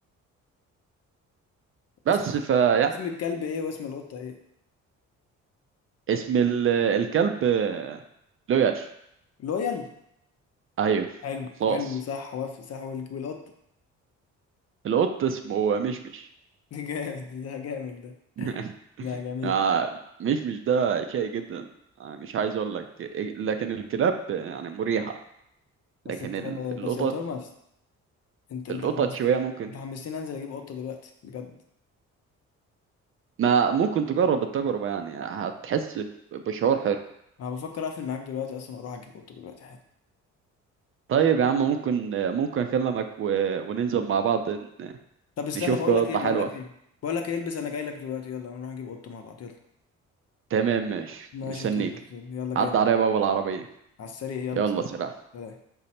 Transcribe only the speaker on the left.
اسم
اسم الكلب ايه واسم القطة ايه
لويال
حلو
حلو صح وفي صح وال- والقطة
<laughs> جامد ده جامد ده
لا جميل
بس
انت
بس
يا توماس انت انت
حمست
انت حمستني انزل اجيب قطة دلوقتي بجد
انا بفكر اقفل معاك دلوقتي اصلا واروح اجيب قطه دلوقتي حالا
طب استنى
بقول
لك ايه بقول
لك ايه بقول لك ايه البس انا جاي لك دلوقتي يلا نروح نجيب قطه مع بعض يلا
ماشي
يا توماس يلا جاي
لك
على السريع يلا
سلام
سلام